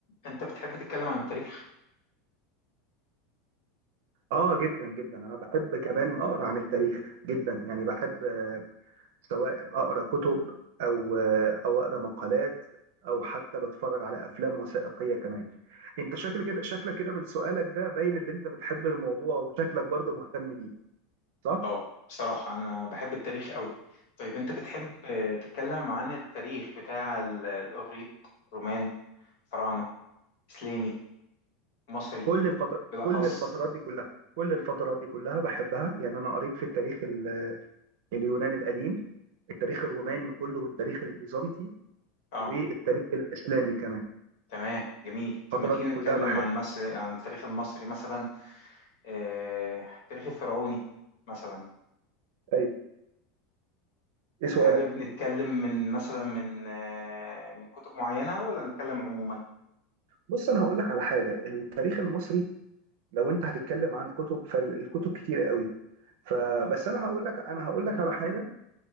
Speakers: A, on the left (about 55°); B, on the right (about 60°).
A: انت بتحب تتكلم عن التاريخ؟
B: اه جدا جدا انا بحب كمان اقرا عن التاريخ جدا يعني بحب آه، سواء اقرا كتب او آه، او اقرا مقالات او حتى بتفرج على افلام وثائقيه كمان انت شكل كده شكلك كده من سؤالك ده باين اللي انت بتحب الموضوع وشكلك برضه مهتم بيه صح
A: اه بصراحة انا بحب التاريخ قوي طيب انت بتحب
B: آه.
A: آه، تتكلم عن التاريخ بتاع ال- الاغريق رومان فراعنة اسلامي مصري
B: كل الفتر...
A: بالاخص
B: كل الفترات دي كلها كل الفترات دي كلها بحبها يعني انا قريت في التاريخ ال- اليوناني القديم التاريخ الروماني كله والتاريخ البيزنطي
A: اه
B: والتاريخ الاسلامي كمان
A: تمام جميل طب
B: الفترات
A: ما تيجي
B: دي
A: نتكلم
B: كلها بحب
A: عن مصر عن التاريخ المصري مثلا آه، التاريخ الفرعوني مثلا
B: ايوه ايه سؤالك
A: حابب نتكلم من مثلا من آه، من كتب معينة ولا نتكلم عموما
B: بص انا هقول لك على حاجه التاريخ المصري لو انت هتتكلم عن كتب فالكتب كتير قوي فبس
A: تمام
B: انا هقول لك انا هقول لك على حاجه